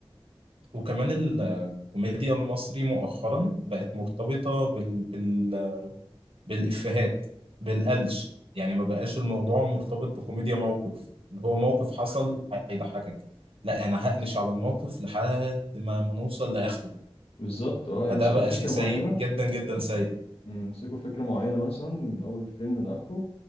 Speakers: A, on the right; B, on the left.
A: وكمان الكوميديا المصري مؤخرا بقت مرتبطة بال... بال... بالإفيهات بالقلش يعني ما بقاش الموضوع مرتبط بكوميديا موقف اللي هو موقف حصل هيضحكك لا أنا هقلش على الموقف لحد ما ما نوصل لآخره
B: بالظبط اه
A: فده
B: يمسكوا
A: بقى
B: فكرة
A: شيء سيء
B: معينة
A: جدا جدا سيء
B: امسكوا فكرة معينة مثلا من أول فيلم لآخره